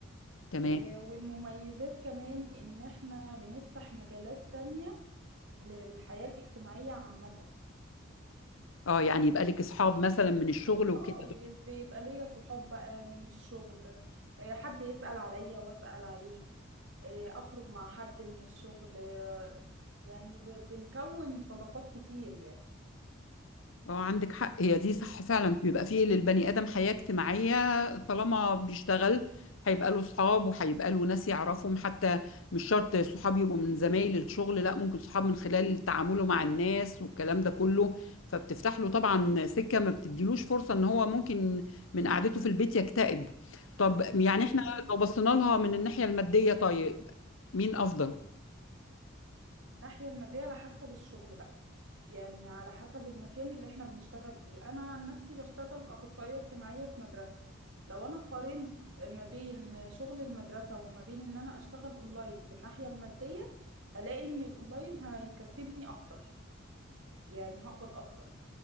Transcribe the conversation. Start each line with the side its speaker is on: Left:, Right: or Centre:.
Left: تمام
Right: آه، والمميزات كمان ان احنا بنفتح مجالات تانية للحياة الاجتماعية عامة
Left: اه يعني يبقى لك اصحاب مثلا من الشغل وكده
Right: اه يب- بيبقى ليا صحاب بقى من الشغل آه، حد يسأل عليا واسأل عليه آه، اخرج مع حد من الشغل آه، يعني ب- بنكون صداقات كتير يعني
Left: اه عندك حق هي دي صح فعلا بيبقى فيه للبني ادم حياة اجتماعية طالما بيشتغل هيبقى له صحاب وهيبقى له ناس يعرفهم حتى مش شرط صحاب يبقوا من زمايل الشغل لا ممكن صحاب من خلال تعامله مع الناس والكلام ده كله فبتفتح له طبعا سكة ما بتديلوش فرصة ان هو ممكن من قعدته في البيت يكتئب طب يعني
Right: بالظبط
Left: احنا لو بصينا لها من الناحية المادية طيب مين افضل؟
Right: من الناحية المادية على حسب الشغل بقى يعني على حسب المكان اللي احنا بنشتغل فيه انا عن نفسي بشتغل اخصائية اجتماعية في مدرسة لو انا قارنت ما بين شغل المدرسة وما بين ان انا اشتغل اونلاين في الناحية المادية هلاقي ان الاونلاين هيكسبني اكتر يعني هقبض اكتر